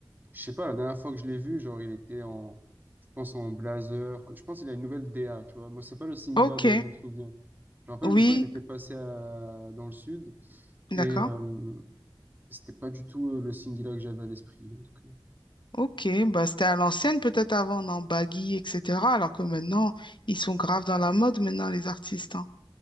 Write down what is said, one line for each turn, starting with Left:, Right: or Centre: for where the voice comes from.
Right: Je sais pas, la dernière fois que je l'ai vu, genre, il était en, je pense, en blazer. Je pense qu'il a une nouvelle DA, tu vois. Moi, c'est pas le Singila
Left: Ok,
Right: dont je me souviens. Je me rappelle
Left: oui,
Right: une fois, il était passé à- dans le sud et
Left: d'accord.
Right: euh, c'était pas du tout euh, le Singila que j'avais à l'esprit. En tout cas,
Left: Ok, bah c'était à l'ancienne peut-être avant, en baggy, etc. Alors que maintenant, ils sont graves dans la mode maintenant, les artistes. Hein.